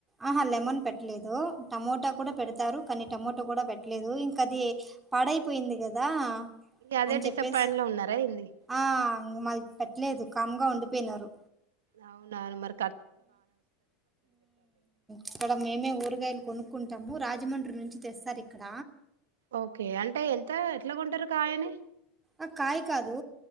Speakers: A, on the right; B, on the right.
A: ఆహా లెమన్ పెట్టలేదు టమోటా కూడా పెడతారు కానీ టమోటో కూడా పెట్ట ట్లేదు ఇంక అది పాడైపోయింది కదా
B: ఇగ అదే
A: అని
B: డిసప్పాయింట్
A: చెప్పేసి
B: లో ఉన్నారా ఏంది
A: ఆ మల్ పెట్టలేదు కామ్గా ఉండిపోయినారు
B: అవున మర
A: ఇక్కడ మేమే ఊరగాయలు కొనుక్కుంటాము రాజమం డ్రీ నుంచి తెస్తారు ఇక్కడ
B: ఓకే అంటే ఎంత ఎట్ల కొంటారు కాయని
A: ఆ కాయ కాదు